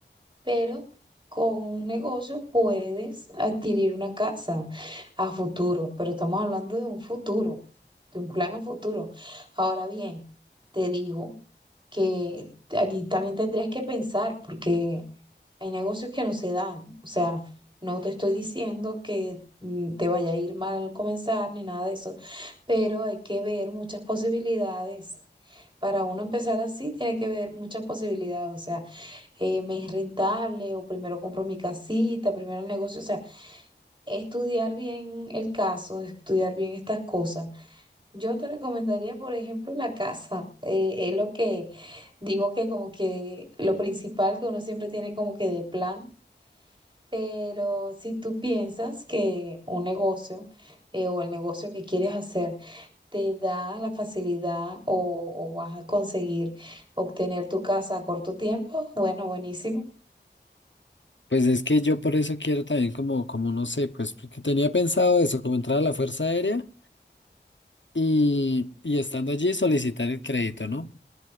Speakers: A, on the right; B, on the left.
A: pero con un negocio puedes adquirir una casa a futuro, pero estamos hablando de un futuro, de un plan a futuro. Ahora bien, te digo que allí también tendrías que pensar porque hay negocios que no se dan, o sea, no te estoy diciendo que mm, te vaya a ir mal al comenzar ni nada de eso, pero hay que ver muchas posibilidades. Para uno empezar así, tiene que ver muchas posibilidades, o sea, eh, me es rentable o primero compro mi casita, primero el negocio, o sea, estudiar bien el caso, estudiar bien estas cosas. Yo te recomendaría, por ejemplo, la casa. eh, es lo que digo que como que lo principal que uno siempre tiene como que de plan, pero si tú piensas que un negocio eh, o el negocio que quieres hacer te da la facilidad o o vas a conseguir obtener tu casa a corto tiempo, bueno, buenísimo.
B: Pues es que yo por eso quiero también como, como no sé, pues porque tenía pensado eso, como entrar a la Fuerza Aérea y, y estando allí solicitar el crédito, ¿no?